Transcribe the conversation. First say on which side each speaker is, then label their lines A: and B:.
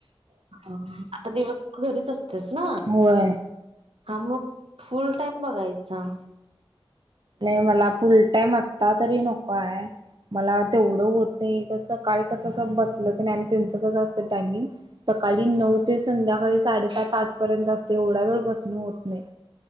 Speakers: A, on the right; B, on the right.
A: आता दिवस तू घरीच असतेस ना.
B: होय
A: हा मग फुल टाइम बघायचा.
B: नाही मला फुलटाईम आत्ता तरी नकोय. मला तेवढं होत नाही कसं सकाळी कसं बसलं क नाही त्यांचं कसं असतं टायमिंग सकाळी नऊ
A: हा
B: ते संध्याकाळी साडेसात आठ पर्यंत असते एवढा वेळ बसणं होत नाही